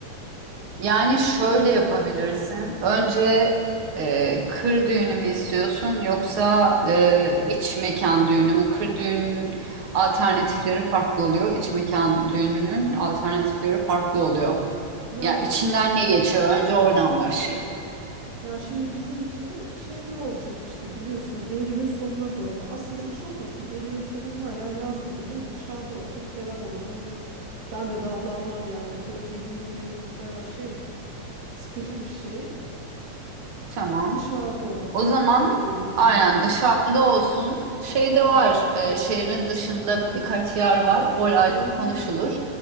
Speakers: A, on the right; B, on the right.
A: Yani şöyle yapabilirsin. Önce e, kır düğünü mü istiyorsun yoksa e, iç mekan düğünü mü? Kır düğünün alternatifleri farklı oluyor. İç mekan düğününün alternatifleri farklı oluyor.
B: Ya
A: Ya içinden ne geçiyor? Önce oradan başlayalım.
B: Ya şimdi bizimki şeyde olacak işte biliyorsun Eylül'ün sonuna doğru. Aslında iç olmasın. Eylül'ün sonu hala yaz gibi değil mi? Dışarıda olsun, ferah olun en azından. Ben de dallanmam yani. Bir de o gelinlik melinlik bayağı şey sıkıcı bir şey.
A: Tamam.
B: Dışarıda olsun.
A: O zaman
B: Kız düğünü mü olacak?
A: aynen dışarıda olsun. Şey de
B: Hı
A: var.
B: hı.
A: e, şehrin dışında birkaç yer var. Orayla
B: Hı hı.
A: konuşulur.